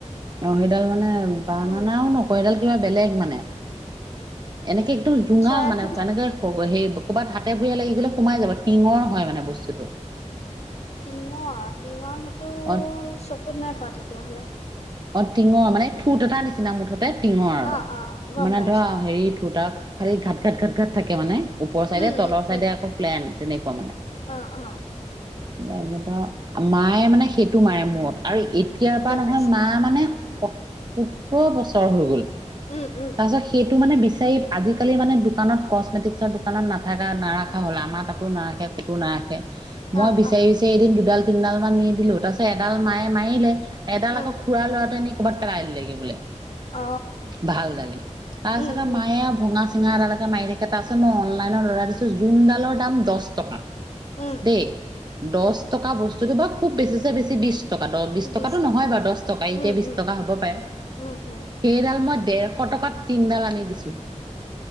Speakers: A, on the right; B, on the left.
A: অ', সেইডাল মানে ব
B: উম
A: নানাও নকয়ডাল কিবা বেলেগ মানে। এনেকে একদম জুঙাল
B: চৰাই
A: মানে
B: ঠোট ন
A: এনেকে হে ক'ৰবাত হাতে ভৰিয়ে লাগি গলে সোমাই যাব টিঙৰ হয় মানে বস্তুটো।
B: টিঙৰ, টিঙৰ সেইটো
A: অ
B: চকুত নাই পোৱা তেতিয়াহ'লে।
A: অ', টিঙৰ মানে থোঁট এটা নিচিনা মুঠতে টিঙৰ আৰু
B: অ অ গম
A: মানে
B: পাইছো
A: ধৰা
B: অ
A: হেৰি ঠোঁট খালি ঘাট, ঘাট, ঘাট, ঘাট থাকে মানে ওপৰৰ
B: উম
A: চাইডে
B: উম
A: তলৰ
B: উম
A: চাইদে আকৌ প্লেন তেনেকুৱা মানে।
B: অ', অ'।
A: তেনেকুৱা মায়ে মানে সেইটো মাৰে মূৰত আৰু এতিয়াৰ পৰা
B: গম
A: নহয়।
B: পাইছো
A: মা মানে স-সতৰ বছৰ হৈ গল
B: উম উম
A: তাৰপিছত সেইটো মানে বিচাৰি। আজিকালি মানে দোকানত কচমেটিকছৰ দোকানত নাথাকা নাৰাখা হ'ল আমাৰ তাতো নাৰাখে ক'তো নাৰাখে। মই
B: অ
A: বিচাৰি,
B: অ
A: বিচাৰি এদিন দুডাল, তিনিডাল মান নিদিলো তাৰপিছত এডাল মায়ে মাৰিলে এডাল
B: উম
A: আকৌ খুৰা লৰাটোৱে নি কৰাবাত ৰাই দগে বোলে
B: অ
A: ভালাল তাৰপিছত
B: উম উম
A: মায়ে আও ভঙা, চিঙা এডালৈকে মাৰি থাকে তাৰ পিছত মই অনলাইনত লৰাাই দিছো জোনডালৰ দাম দহ টকা।
B: উম
A: দেই দহ টকা বস্তুটো বা খুব বেছিছে বেছি বিশ টকা দহ বিশ
B: উম
A: টকাতটো
B: টকা
A: নহয় বাৰু দহ টকা এতিয়া
B: উম
A: বিশ
B: উম
A: টকা হ'ব পাৰে
B: উম উম
A: সেইডাল মই দেৰ ক টকাত তিনডাল আনি দিছোঁ।